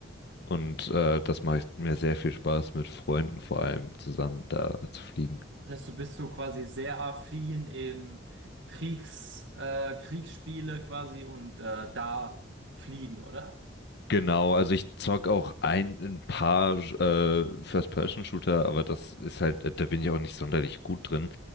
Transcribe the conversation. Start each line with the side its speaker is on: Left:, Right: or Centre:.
Left: Und äh, das macht mir sehr viel Spaß, mit Freunden vor allem zusammen da zu fliegen.
Right: Das heißt, du bist so quasi sehr affin in Kriegs äh, Kriegsspiele quasi und äh, da fliegen, oder?
Left: Genau, also ich zock auch ein, ein paar äh, First-Person-Shooter, aber das ist halt, da bin ich auch nicht sonderlich gut drin.